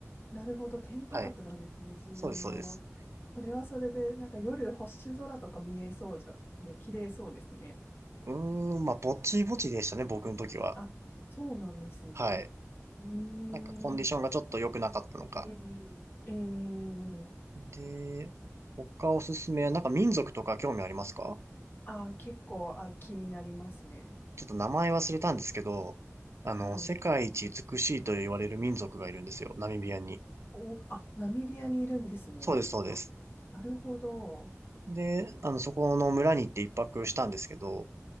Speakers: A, on the left; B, on the right.
A: なるほど。テント泊なんですね。
B: はい。
A: 自分の。
B: そうです、そうです。
A: それはそれで、なんか夜星空とか見えそうじゃん。で、綺麗そうですね。
B: うーん、まあ、ぼちぼちでしたね、僕の時は。
A: あ、そうなんですね。
B: はい。
A: ね
B: なんかコンディションがちょっと良くなかったのか。
A: えええええ
B: で、他おすすめ、なんか民族とか興味ありますか
A: あ、結構、あ、気になりますね。
B: ちょっと名前忘れたんですけど、あの、
A: はい。
B: 世界一美しいと言われる民族がいるんですよ、ナミビアに。
A: お、あ、ナミビアにいるんですね。
B: そうです、そうです。
A: あ、なるほど。
B: で、あの、そこの村に行って一泊したんですけど、